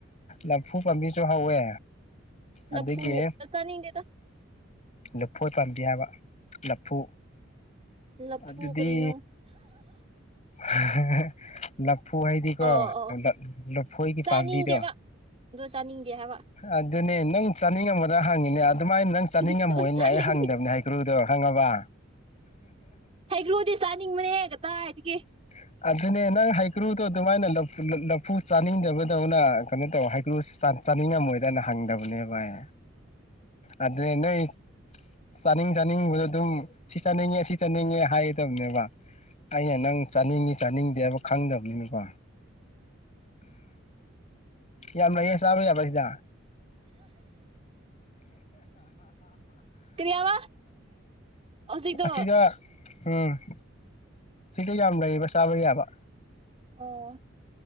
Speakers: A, on the left; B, on the right.
A: ꯂꯐꯨ ꯄꯥꯝꯕꯤꯁꯨ ꯍꯧꯋꯦ ꯑꯗꯒꯤ
B: ꯂꯐꯨ ꯆꯥꯅꯤꯡꯗꯦꯗ
A: ꯂꯐꯣꯏ ꯄꯥꯝꯕꯤ ꯍꯥꯏꯕ ꯂꯐꯨ
B: ꯂꯐꯨ
A: ꯑꯗꯨꯗꯤ
B: ꯀꯔꯤꯅꯣ
A: ꯂ ꯂꯐꯨ ꯍꯥꯏꯗꯤꯀꯣ
B: ꯑꯣ ꯑꯣ
A: ꯂꯐꯣꯏꯒꯤ
B: ꯆꯥꯅꯤꯡꯗꯦꯕ
A: ꯄꯥꯝꯕꯤꯗꯣ
B: ꯑꯗꯣ ꯆꯥꯅꯤꯡꯗꯦ ꯍꯥꯏꯕ
A: ꯑꯗꯨꯅꯦ ꯅꯪ ꯆꯥꯅꯤꯡꯉꯝꯒꯗꯔꯥ ꯍꯪꯉꯤꯅꯦ ꯑꯗꯨꯃꯥꯏꯅ ꯅꯪ ꯆꯥꯅꯤꯡꯉꯝꯃꯣꯏꯅ
B: ꯑꯗꯣ ꯆꯥꯅꯤꯡꯗꯦ
A: ꯑꯩ ꯍꯪꯗꯕꯅꯤ ꯍꯩꯀ꯭ꯔꯨꯗꯣ ꯈꯪꯉꯕ
B: ꯍꯩꯀ꯭ꯔꯨꯗꯤ ꯆꯥꯅꯤꯡꯕꯅꯦ ꯀꯗꯥꯏꯗꯒꯤ
A: <inaudible> ꯑꯗꯨꯅꯦ ꯅꯪ ꯍꯩꯀ꯭ꯔꯨꯗꯣ ꯑꯗꯨꯃꯥꯏꯅ ꯂꯐꯨ ꯅꯐꯨ ꯆꯥꯅꯤꯡꯗꯕꯗꯧꯅ ꯀꯩꯅꯣ ꯇꯧ ꯍꯩꯀ꯭ꯔꯨꯁꯨ ꯆꯥꯅꯤꯡ ꯆꯥꯅꯤꯡꯉꯝꯃꯣꯏꯗꯅ ꯍꯪꯗꯕꯅꯦꯕ ꯑꯩ ꯑꯗꯨꯅꯦ ꯅꯣꯏ ꯆꯥꯅꯤꯡ ꯆꯥꯅꯤꯡꯕꯗꯣ ꯑꯗꯨꯝ ꯁꯤ ꯆꯥꯅꯤꯡꯉꯦ ꯁꯤ ꯆꯥꯅꯤꯡꯉꯦ ꯍꯥꯏꯒꯗꯕꯅꯦꯕ ꯑꯩꯅ ꯅꯪ ꯆꯥꯅꯤꯡꯉꯤ ꯆꯥꯅꯤꯡꯗꯦ ꯍꯥꯏꯕ ꯈꯪꯗꯕꯅꯤꯅꯀꯣ ꯌꯥꯝ ꯂꯩꯌꯦ ꯆꯥꯕ ꯌꯥꯕ ꯍꯦꯟꯖꯥꯡ
B: ꯀꯔꯤꯌꯥꯕ ꯍꯧꯖꯤꯛꯇꯣ
A: ꯑꯁꯤꯗ ꯎꯝ ꯁꯤꯗ ꯌꯥꯝ ꯂꯩꯌꯦꯕ ꯆꯥꯕ ꯌꯥꯕ
B: ꯑꯣ